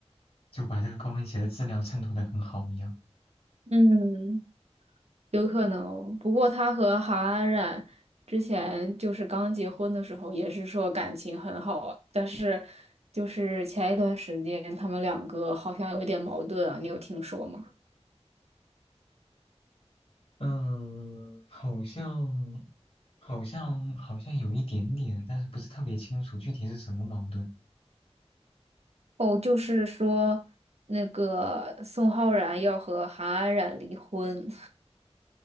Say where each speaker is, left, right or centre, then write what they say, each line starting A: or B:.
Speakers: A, on the left; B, on the right.
A: 就把这个高跟鞋的质量衬托的很好一样。
B: 嗯，有可能哦不过他和韩安冉之前就是刚结婚的时候，也是说感情很好，但是就是前一段时间他们两个好像有一点矛盾啊，你有听说吗？
A: 嗯，好像好像好像有一点点，但是不是特别清楚具体是什么矛盾
B: 哦，就是说那个宋浩然要和韩安冉离婚。